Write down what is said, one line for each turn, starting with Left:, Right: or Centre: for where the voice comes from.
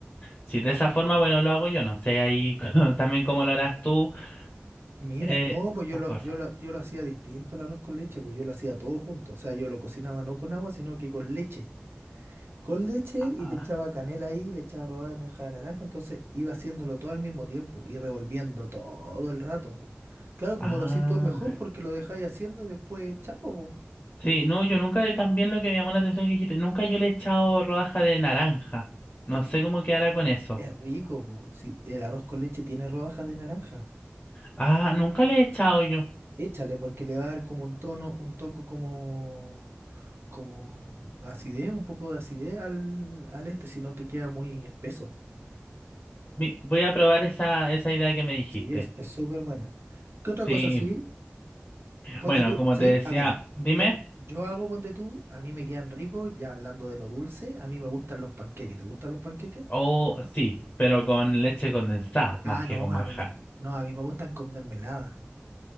Left: Si de esa forma, bueno, lo hago yo, no sé ahí <laughs> también cómo lo harás tú,
Right: Mira,
Left: eh,
Right: no, pues
Left: esas
Right: yo lo,
Left: cosas.
Right: yo lo, yo lo hacía distinto el arroz con leche, pues yo lo hacía todo junto. O sea, yo lo cocinaba no con agua, sino que con leche. con leche y
Left: Ah,
Right: le echaba canela ahí, le echaba rodada de meja de naranja, entonces iba haciéndolo todo al mismo tiempo y revolviendo todo el rato. Claro, como
Left: ah.
Right: lo hacís tú es mejor porque lo dejáis haciendo y después, chao, po.
Left: Sí, no, yo nunca, y también lo que me llamó la atención que dijiste, nunca yo le he echado rodaja de naranja. No
Right: Es que
Left: sé cómo quedará con eso.
Right: es rico, po. Si el arroz con leche tiene rodajas de naranja,
Left: Ah, nunca le he echado yo.
Right: échale porque le va a dar como un tono, un toco como, como acidez, un poco de acidez al, al este, si no te queda muy espeso.
Left: Vi- Voy a probar esa, esa idea que me dijiste.
Right: Sí, es, es súper buena. ¿Qué otra
Left: Sí,
Right: cosa sí? Ponte
Left: bueno,
Right: tú,
Left: como
Right: ¿sabes?
Left: te decía,
Right: Ah, mira,
Left: dime.
Right: yo, yo hago ponte tú, a mí me quedan ricos, ya hablando de lo dulce, a mí me gustan los panqueques. ¿Te gustan los panqueques?
Left: Oh, sí, pero con leche condensada,
Right: Ah,
Left: más
Right: no,
Left: que con manjar.
Right: a mí no. No, a mí me gustan con mermelada.